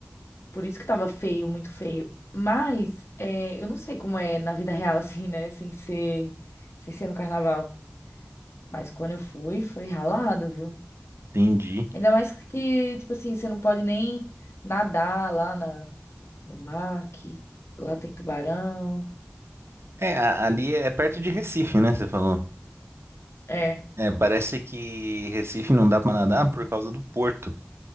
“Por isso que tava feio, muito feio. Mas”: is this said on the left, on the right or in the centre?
Left